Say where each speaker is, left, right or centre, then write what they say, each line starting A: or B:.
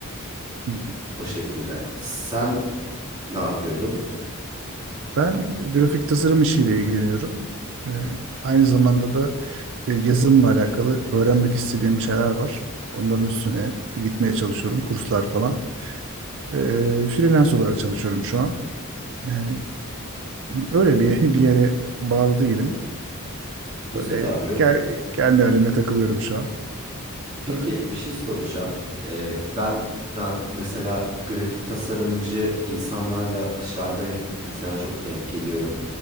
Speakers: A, on the right (about 60°); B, on the right (about 15°).
A: Hmm.
B: O şekilde. Sen ne yapıyordun?
A: Ben grafik tasarım işiyle ilgileniyorum. Ee, aynı zamanda da e, yazılımla alakalı öğrenmek istediğim şeyler var. Onların üstüne gitmeye çalışıyorum. Kurslar falan. Ee, freelance olarak çalışıyorum şu an. Yani öyle bir <laughs> bir yere bağlı değilim.
B: Güzel
A: Böyle
B: abi.
A: ke- kendi halimle takılıyorum şu an.
B: Peki
A: Ee,
B: bir şey soracağım. Ee, ben da mesela grafik tasarımcı insanlarla dışarıda hep mesela çok denk geliyorum.